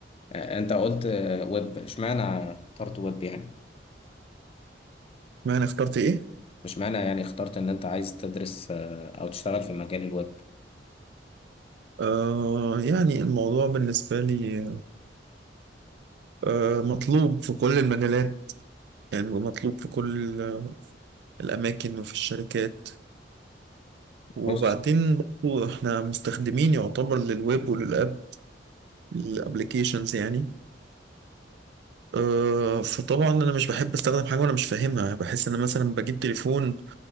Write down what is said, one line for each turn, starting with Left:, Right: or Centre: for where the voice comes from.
Left: آه، أنت قلت آه، ويب اشمعنى اخترت ويب يعني
Right: انا اخترت ايه
Left: اشمعنى يعني اخترت إن أنت عايز تدرس آه، أو تشتغل في مجال الويب
Right: آه يعني الموضوع بالنسبة لي آه مطلوب في كل المجالات يعني مطلوب في كل آه، الأماكن وفي الشركات وبعدين
Left: بص
Right: برضو احنا مستخدمين يعتبر للويب وللأب الابليكيشنز يعني آه فطبعا أنا مش بحب أستخدم حاجة وأنا مش فاهمها بحس إن أنا مثلا بجيب تليفون